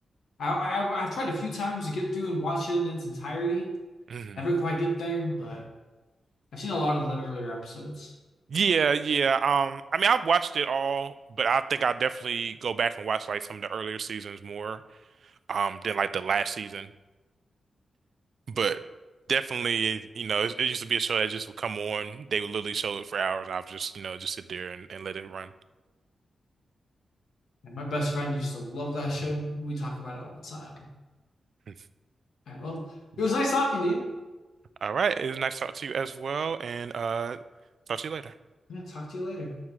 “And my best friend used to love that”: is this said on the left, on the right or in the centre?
Left